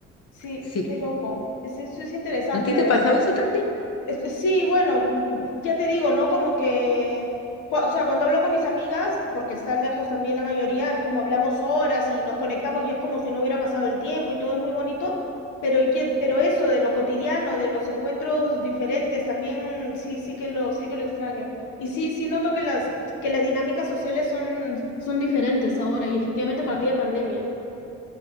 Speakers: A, on the left; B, on the left.
A: Sí,
B: sí.
A: qué loco. Es, eso es interesante
B: ¿A ti
A: de,
B: te ha pasado
A: ver.
B: eso también?
A: Es- eh, Sí, bueno, mm, ya te digo, ¿no? Como que, cua- o sea, cuando hablo con mis amigas, porque están lejos también la mayoría, es como hablamos horas y nos conectamos y es como si no hubiera pasado el tiempo y todo es muy bonito, pero, ye- pero eso de lo cotidiano, de los encuentros diferentes, también sí, sí que lo, sí que lo extraño. Y sí, sí noto que las, que las dinámicas sociales son, son diferentes ahora y efectivamente a partir de pandemia.